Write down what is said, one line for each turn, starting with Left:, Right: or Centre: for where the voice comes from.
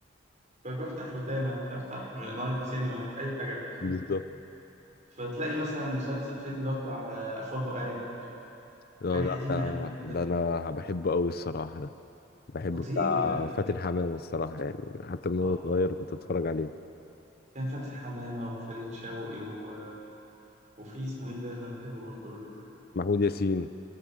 Right: فبفتح روتانا افتح نايل سينما اي حاجه بقى فاهم
Left: بالظبط
Right: فتلاقي مثلا مسلسل فيلم اللي هو بتاع آه، افواه وارانب
Left: ده
Right: حاجه
Left: ده
Right: قديمه
Left: ده
Right: قوي الفيلم
Left: ده
Right: ده
Left: انا بحبه قوي الصراحه ده بحبه
Right: خطير
Left: بتاع
Right: يا باشا
Left: فاتن
Right: خطير
Left: حمامه الصراحه يعني حتى من
Right: اه
Left: وانا صغير
Right: كان
Left: كنت اتفرج عليه
Right: كان فاتن حمامه وفريد شوقي و... وفي اسمه ايه ده اللي انا بحبه برضه الراجل ده
Left: محمود ياسين